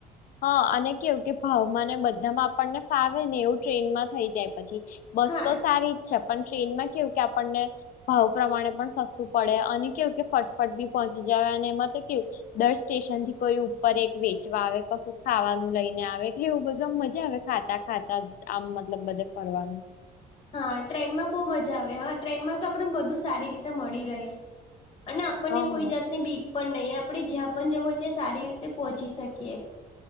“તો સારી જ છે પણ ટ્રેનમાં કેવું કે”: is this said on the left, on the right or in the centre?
Left